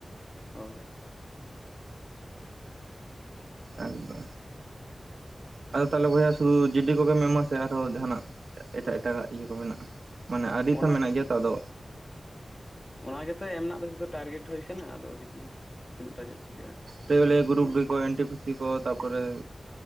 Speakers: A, on the left (about 30°); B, on the right (about 75°).
A: ᱦᱳᱭ
B: ᱟᱫᱚ ᱟᱫᱚ ᱛᱟᱦᱞᱮ ᱵᱚᱭᱟ ᱥᱩᱫᱩ ᱡᱤᱰᱤ ᱠᱚᱜᱮᱢ ᱮᱢᱟ ᱥᱮᱮ ᱟᱨᱦᱚᱸ ᱡᱟᱦᱟᱱᱟᱜ ᱮᱴᱟᱜ ᱮᱴᱟᱜᱟᱜ ᱤᱭᱟᱹ ᱠᱚ ᱢᱮᱱᱟᱜᱼᱟ ᱢᱟᱱᱮ ᱟᱹᱰᱤ
A: ᱚᱱᱟ
B: ᱛᱷᱷᱟ ᱢᱮᱱᱟᱜ ᱜᱮᱭᱟ ᱛᱚ ᱟᱫᱚ
A: ᱚᱱᱟ ᱜᱮᱛᱚ ᱮᱢ ᱨᱮᱱᱟᱜ ᱫᱚ ᱴᱟᱨᱜᱮᱴ ᱦᱩᱭ ᱟᱠᱟᱱᱟ ᱟᱫᱚ ᱫᱤᱠᱤ ᱛᱤᱱᱟᱹᱜᱴᱟ ᱪᱮᱫ ᱪᱤᱠᱟᱹᱜᱼᱟ
B: ᱛᱟᱦᱞᱮ ᱜᱨᱩᱯ
A: ᱦᱳᱭ ᱥᱮ
B: ᱰᱤ ᱠᱚ ᱮᱱ ᱴᱤ ᱯᱤ ᱥᱤᱤ ᱠᱚ ᱛᱟᱨᱯᱚᱨᱮ